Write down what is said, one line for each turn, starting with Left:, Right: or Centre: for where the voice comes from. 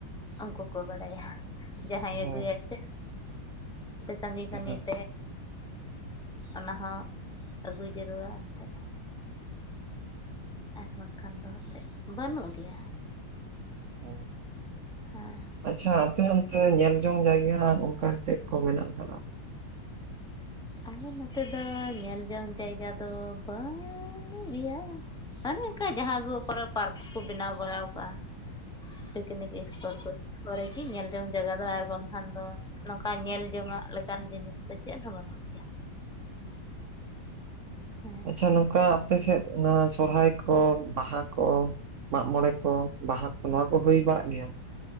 Centre: ᱩᱱᱠᱩ ᱠᱚ ᱵᱟᱲᱟᱭᱟ ᱡᱟᱦᱟᱸᱭ
Right: ᱦᱳᱭ
Centre: ᱟᱹᱜᱩᱟᱭ ᱥᱮ ᱟᱹᱰᱤ ᱥᱟᱺᱜᱤᱧ ᱥᱟᱺᱜᱤᱧ
Right: ᱦᱳᱭ
Centre: ᱛᱮ ᱚᱱᱟ ᱦᱚᱸ ᱟᱹᱜᱩ ᱡᱟᱹᱨᱩᱲᱟ ᱮᱱᱛᱮᱜ ᱟᱨ ᱵᱟᱝᱠᱷᱟᱱ ᱫᱚ ᱮᱱᱛᱮᱫ ᱵᱟᱹᱱᱩᱜ ᱜᱮᱭᱟ
Right: ᱦᱳᱭ
Centre: ᱦᱮᱸ
Right: ᱟᱪᱪᱷᱟ ᱟᱯᱮ ᱚᱱᱛᱮ ᱧᱮᱞ ᱡᱚᱝ ᱡᱟᱭᱜᱟ ᱱᱚᱝᱠᱟ ᱪᱮᱫ ᱠᱚ ᱢᱮᱱᱟᱜ ᱟᱠᱟᱫᱟ?
Centre: ᱟᱞᱮ ᱱᱚᱛᱮ ᱫᱚ ᱧᱮᱞ ᱡᱚᱝ ᱡᱟᱭᱜᱟ ᱫᱚ ᱵᱟᱝᱼᱼ ᱜᱮᱭᱟ ᱢᱟᱱᱮ ᱚᱱᱠᱟ ᱡᱟᱦᱟᱸ ᱜᱮ ᱚᱠᱟᱨᱮ ᱯᱟᱨᱠ ᱠᱚᱠᱚ ᱵᱮᱱᱟᱣ ᱵᱟᱲᱟ ᱟᱠᱟᱟᱜᱼᱼ
Right: <inaudible>
Centre: ᱯᱤᱠᱱᱤᱠ ᱮᱯᱚᱴ ᱠᱚᱨᱮ ᱜᱮ ᱧᱮᱞ ᱡᱚᱝ ᱡᱟᱭᱜᱟ ᱫᱚ ᱟᱨ ᱵᱟᱝ ᱠᱷᱟᱱ ᱫᱚ, ᱱᱚᱝᱠᱟ ᱧᱮᱞ ᱡᱚᱝᱟᱜ ᱞᱮᱠᱟᱱ ᱡᱤᱱᱤᱥ ᱫᱚ ᱪᱮᱫ ᱦᱚᱸ ᱵᱟᱹᱱᱩᱜᱼᱟ ᱦᱮᱸ
Right: ᱟᱪᱪᱷᱟ ᱱᱚᱝᱠᱟ ᱟᱯᱮ ᱥᱮᱫ ᱱᱚᱣᱟ ᱥᱚᱨᱦᱟᱭ ᱠᱚ ᱵᱟᱦᱟ ᱠᱚ? ᱢᱟᱜ ᱢᱚᱬᱮ ᱠᱚ ᱵᱟᱦᱟ ᱠᱚ ᱱᱚᱣᱟ ᱠᱚ ᱦᱩᱭ ᱵᱟᱲᱟᱜ ᱜᱮᱭᱟ?